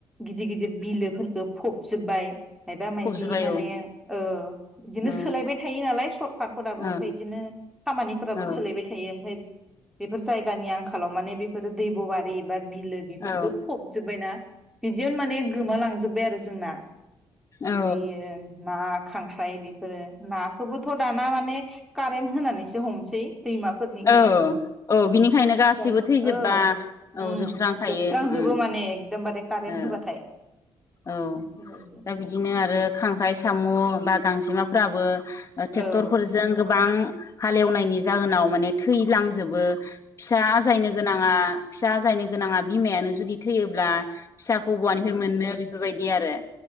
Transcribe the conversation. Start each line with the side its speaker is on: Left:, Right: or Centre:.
Centre: गिदिर गिदिर बिलोफोरखौ फबजोब्बाय मायबा मायाबि
Left: फबजोब्बाय
Centre: माने
Left: औ
Centre: ओ बिदिनो
Left: ओ
Centre: सोलायबाय थायो नालाय सरखारफोराबो ओमफ्राय
Left: ओ
Centre: बिदिनो ओ खामानिफोराबो
Left: औ
Centre: सोलायबाय थायो ओमफाय बेफोर जायगानि आं खालामनानै बेफोरो दैब बारि बा बि बिलो बेफोरखौ
Left: औ
Centre: फबजोबबायना बिदियावनो माने गोमालांजोबबाय आरो जोंना
Left: औ
Centre: बेैयो ना खांख्राइ बेफोरो नाखौबोथ' दाना माने कारेन्ट होनानै एसे हमसै दैमाफोरनिखौ
Left: ओ औ बिनिखायनो गाससिबो
Centre: जाय
Left: थैजोबबा
Centre: औ
Left: औ
Centre: उम
Left: जोबस्रांखायो
Centre: जोबस्रांजोबो
Left: ओम
Centre: माने एकदमबारे कारेन्ट
Left: ओ
Centre: होबाथाय
Left: औ
Centre: बेफोरबायदि
Left: दा बिदिनो आरो खांख्राइ साम' न' बा गांजेमाफ्राबो ओ ट्रेक्टरफोरजों
Centre: औ
Left: गोबां हालेवनायनि जाहोनाव माने थैलांजोबो फिसा आजायनो गोनाङा फिसा आजायनो गोनाङा बिमायानो जुदि थैयोब्ला फिसाखौ बहानिफ्राय मोनो बे बेफोरबायदि आरो